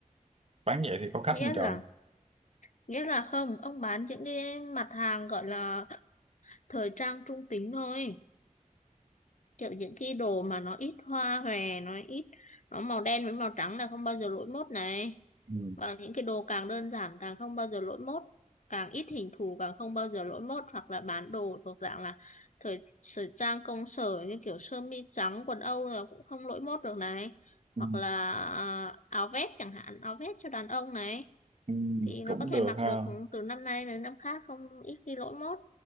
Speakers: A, on the right (about 50°); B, on the left (about 65°).
A: bán vậy thì có khách
B: nghĩa
A: không trời
B: là nghĩa là không ông bán những cái mặt hàng gọi là thời trang trung tính thôi kiểu những cái đồ mà nó ít hoa hòe nó ít nó màu đen với màu trắng là không bao giờ lỗi mốt này
A: ừ,
B: và những cái đồ càng đơn giản càng không bao giờ lỗi mốt càng ít hình thù càng không bao giờ lỗi mốt hoặc là bán đồ thuộc dạng là thời thời trang công sở như kiểu sơ mi trắng quần Âu là cũng không lỗi mốt được này hoặc
A: ừ,
B: là à, áo vest chẳng hạn áo vest cho đàn ông này
A: ừ,
B: thì nó
A: cũng
B: có thể
A: được
B: mặc
A: ha
B: được từ năm nay đến năm khác không ít khi lỗi mốt